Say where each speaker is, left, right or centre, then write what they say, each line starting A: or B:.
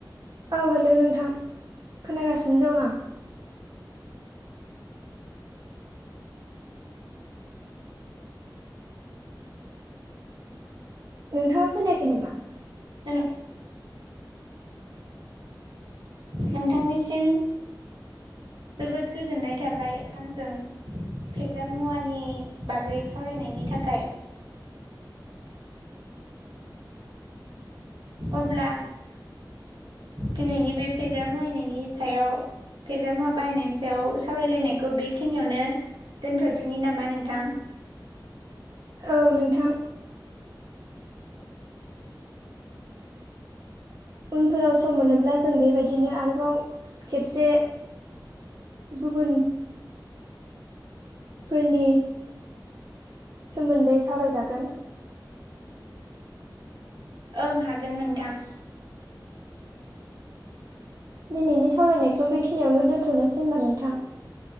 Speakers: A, on the right (about 50°); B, on the right (about 75°).
A: औ हेलौ नोंथां खोनागासिनो दं आं। <inaudible> नोंथाङा खोनायाखै नामा?
B: नों नोंथांनिसिम जोबोद गोजोननाय थाबाय आंजों फेग्रा मुवानि बागै सावरायनायनि थाखाय। अब्ला दिनैनि बे फेग्रा मुवायनायनि सायाव फेग्रा मुवा बाहायनायनि सायाव सावरायलायनायखौ बेखिनियावनो दोनथदिनि नामा नोंथां?
A: औ नोंथां उनफोराव सम मोनोब्ला जों बेबायदिनो आरोबाव खेबसे गुबुन फोरनि सोमोन्दै सावरायजागोन।
B: ओं हागोन नोंथां।
A: दिनैनि सावरायनायखौ बेखिनियावनो दोन्थनोसै होनबा नोंथां।